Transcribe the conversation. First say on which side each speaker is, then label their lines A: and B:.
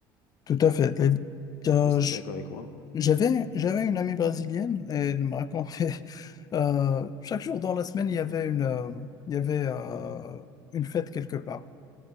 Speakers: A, on the left (about 35°); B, on the left (about 65°).
A: Tout à fait. Les-
B: Je
A: euh,
B: sais pas si t'es d'accord avec moi.
A: J'avais, j'avais une amie brésilienne et elle me racontait <laughs> euh, chaque jour dans la semaine il y avait une euh, il y avait euh, une fête quelque part.